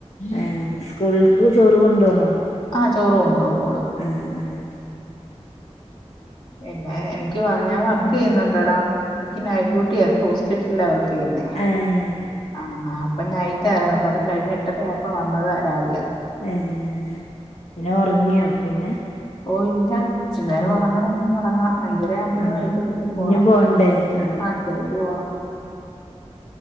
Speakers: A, on the left; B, on the left.
A: ഏഹ് സ്കൂളിൽക്ക് ചോറ് കൊണ്ടോണോ
B: ആഹ് ചോറു കൊണ്ടോവും മോള്
A: ആഹ് ആഹ്
B: പിന്നെ എനിക്ക് ഞാൻ വർക്ക്
A: പിന്നെ
B: ചെയ്യുന്നുണ്ട്ടാ അപ്പം എനിക്ക് നൈറ്റ്ഡ്യൂട്ടിയാ ഇന്ന് ഹോസ്പിറ്റലാ വർക്ക് ചെയ്യുന്നേ
A: ഏഹ്
B: ആഹ് അപ്പം നൈറ്റാരുന്നു അപ്പ അത് കഴിഞ്ഞ് എട്ടര ആയപ്പോ വന്നതാ രാവിലെ
A: ഏഹ് പിന്നെ ഒറങ്ങിയോ പിന്നെ
B: ഓഹ് ഇല്ല ഇച്ചിരി നേരം
A: ഉം
B: ഒറങ്ങണം ഇനി ഒറങ്ങണം അഞ്ചരയാകുമ്പൊ ഇനി
A: ആഹ്
B: വൈട്ട് വീണ്ടും പോണം
A: ഇഞ്ഞും പോണ്ടേ ആഹ്
B: അഞ്ചരയ്ക്ക് പോണം